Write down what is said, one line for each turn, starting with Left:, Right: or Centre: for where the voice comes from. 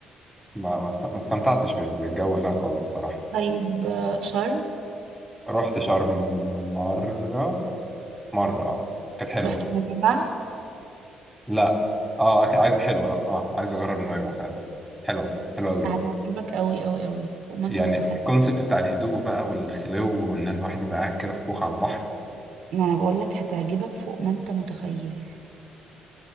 Centre: ما ما است- ما استمتعتش بال- بالجو هناك خالص الصراحه
Right: طيب آه، شرم
Centre: رحت شرم مره مره اه كانت حلوه
Right: رحت منبع
Centre: لا اه أك- عايز حلوه اه عايز اجرب نويبع فعلا حلوه حلوه قوي
Right: هتعجبك قوي قوي قوي فوق ما
Centre: يعني
Right: انت متخيل
Centre: الكونسيبت بتاع الهدوء بقى والخلو وان أنا الواحد يبقى قاعد كده في كوخ على البحر
Right: ما انا بقول لك هتعجبك فوق ما انت متخيل